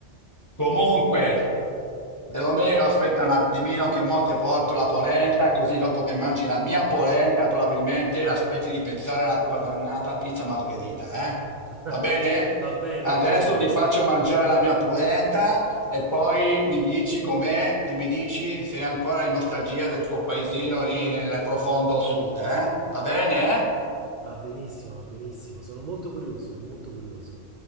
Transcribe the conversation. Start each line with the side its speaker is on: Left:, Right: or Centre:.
Left: Comunque, Romeo, aspetta un attimino che mo te porto la polenta, così dopo che mangi la mia polenta probabilmente la smetti di pensare alla tua dannata pizza margherita, eh? Va
Right: <laughs>
Left: bene?
Right: Va bene,
Left: Adesso
Right: va bene.
Left: ti faccio mangiare la mia polenta e poi mi dici com'è e mi dici se è ancora in nostalgia del tuo paesino lì nel profondo sud, eh? Va bene?
Right: Va benissimo, va benissimo. Sono molto curioso, sono molto curioso.